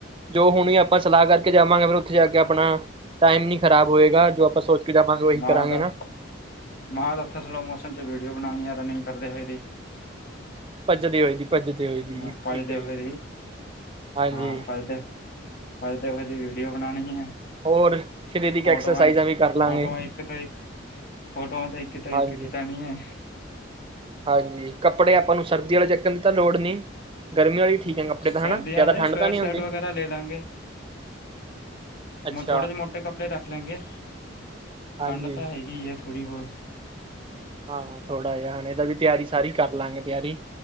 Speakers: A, on the right; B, on the left.
A: ਜੋ ਹੁਣ ਆਪਾਂ ਸਲਾਹ ਕਰਕੇ ਜਾਵਾਂਗੇ ਫਿਰ ਓਥੇ ਜਾ ਕੇ ਆਪਣਾ ਟਾਈਮ ਨੀ ਖਰਾਬ ਹੋਏਗਾ ਜੋ ਆਪਾਂ ਸੋਚ ਕੇ ਜਾਵਾਂਗੇ ਉਹੀ
B: ਮਾਂ
A: ਕਰਾਂਗੇ
B: ਤਾਂ
A: ਨਾ।
B: ਮਾਂ ਤਾਂ ਓਥੇ ਸਲੋ ਮੋਸਨ 'ਚ ਵੀਡੀਓ ਬਣਾਣੀ ਆ ਰਨਿੰਗ ਕਰਦੇ ਹੋਏ ਦੀ।
A: ਭੱਜਦੀ ਹੋਏ ਦੀ। ਭੱਜਦੇ ਹੋਏ ਦੀ
B: ਹ ਭਜਦੇਓ
A: ਠੀਕ ਹੈ ਜੀ,
B: ਫ
A: ਹਾਂਜੀ
B: ਹਾਂ ਭਦੇਓ ਵਧਦੇ ਵਜਦੀ ਵੀਡੀਓ ਬਣਾਣੀ ਆ,
A: ਹੋਰ ਸਰੀਰਕ
B: ਫੋਟੋਆਂ
A: ਐਕਸਰਸਾਈਜ਼ਾਂ
B: ਇੱਕ
A: ਵੀ ਕਰ ਲਾਂਗੇ,
B: ਫੋਟੋਆਂ ਇੱਕ ਤੋਂ ਇੱਕ ਫੋਟੋਆਂ ਤਾਂ ਇੱਕ ਤੋਂ ਇੱਕ
A: ਹਾਂਜੀ।
B: ਖਿਚਾਣੀ ਐ।
A: ਹਾਂਜੀ ਕੱਪੜੇ ਆਪਾਂ ਨੂੰ ਸਰਦੀ ਵਾਲੇ ਚੱਕਣ ਦੀ ਤਾਂ ਲੋੜ ਨਈ? ਗਰਮੀਆਂ ਵਾਲੀ ਠੀਕ ਐ ਕੱਪੜੇ
B: ਸਰਦੀਆਂ
A: ਤਾਂ ਹਨਾ ਜ਼ਿਆਦਾ
B: ਆਲੇ
A: ਠੰਢ
B: ਸਵੈਟ
A: ਤਾਂ ਨਈ
B: ਸ਼ਰਟ
A: ਹੁੰਦੀ?
B: ਵਗੈਰਾ ਲੈ ਲਾਂਗੇ
A: ਅੱਛਾ
B: ਥੋੜੇ ਜਿ ਮੋਟੇ ਕੱਪੜੇ ਰੱਖ ਲੈਂਗੇ
A: ਹਾਂਜੀ
B: ਠੰਡ ਤਾਂ ਹੈਗੀ ਆ। ਥੋੜ੍ਹੀ ਬੋਹ
A: ਹਾਂ ਥੋੜ੍ਹਾ ਜਿਹਾ ਹਣੇ ਇਹਦਾ ਵੀ ਤਿਆਰੀ ਸਾਰੀ ਕਰ ਲਵਾਂਗੇ ਤਿਆਰੀ,